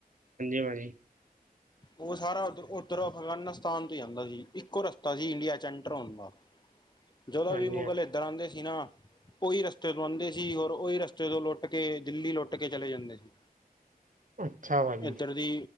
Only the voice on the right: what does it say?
ਹਾਂਜੀ ਭਾਜੀ।
<unintelligible>
ਹਾਂਜੀ
ਹਾਂਜੀ।
ਅੱਛਾ ਭਾਜੀ